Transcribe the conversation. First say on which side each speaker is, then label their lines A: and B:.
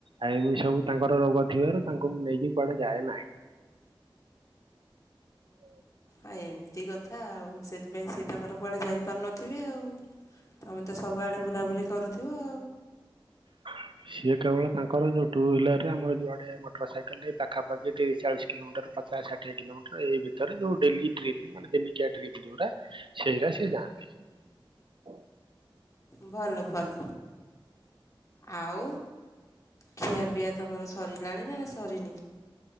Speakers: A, on the right; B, on the left.
A: ଆଉ ଏମିତି ସବୁ ତାଙ୍କର ରୋଗ ଥିବାରୁ ତାଙ୍କୁ ମୁଁ ନେଇକି କୁଆଡେ ଯାଏ ନାହିଁ। ହ <inaudible>
B: ଆଁ ଏମିତି କଥା ଆଉ ସେଥିପାଇଁ ସିଏ ତାଙ୍କର କୁଆଡେ ଯାଇପାରୁନଥିବେ ଆଉ। ତମେ ତ ସବୁଆଡେ ବୁଲାବୁଲି କରୁଥିବ।
A: ହଁ <inaudible> ସିଏ କେବଳ ତାଙ୍କର ଯୋଉ ଟୁଇହିଲର ରେ ଆମର ଯୁଆଡେ ମୋଟରସାଇକେଲରେ ପାଖାପାଖି ତିରିଶ ଚାଳିଶ କିଲୋମିଟର ପଚାଶ ଷାଠିଏ କିଲୋମିଟର ଏଇ ଭିତରେ ଯୋଉ ଡେଲି ଟ୍ରିପ୍ ମାନେ ଦିନିକିଆ ଟ୍ରପ୍ ଯୋଉଟା ସେଇରା ସିଏ ଯାଆନ୍ତି। ହ <inaudible>
B: ଭଲ ଭଲ ଆଉ ଖିଆ ପିଆ ତମର ସରିଲାଣି ନା, ନା ସରିନି?